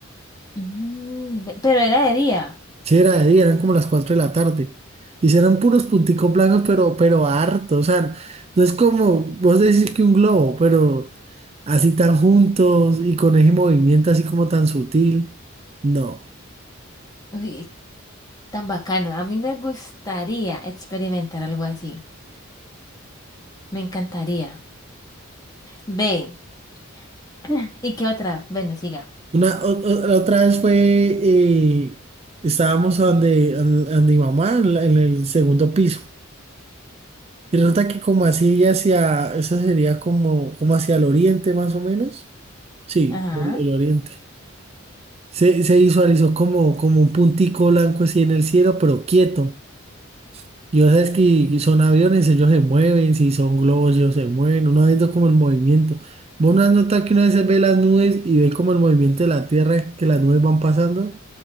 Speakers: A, on the left; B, on the right.
A: Mm, ve- pero era de día.
B: Sí, era de día, eran como las 4 de la tarde. Y sí eran puros punticos blancos, pero, pero harto. O sea, no es como vos decís que un globo, pero así tan juntos y con ese movimiento así como tan sutil. No.
A: Uy, tan bacano. A mí me gustaría experimentar algo así. Me encantaría. Ve, <laughs> <clears throat> ¿y qué otra? Bueno, siga.
B: Una, o- o- la otra vez fue, eh, estábamos donde, an- ande mi mamá, en, la- en el segundo piso. Y resulta que como así hacia, eso sería como, como hacia el oriente más o menos. Sí,
A: Ajá.
B: el el oriente. Se, se visualizó como, como un puntico blanco así en el cielo, pero quieto. Y vos sabes que son aviones, ellos se mueven, si son globos, ellos se mueven, uno va viendo como el movimiento. Vos no has notado que una vez ve las nubes y ve como el movimiento de la Tierra, que las nubes van pasando.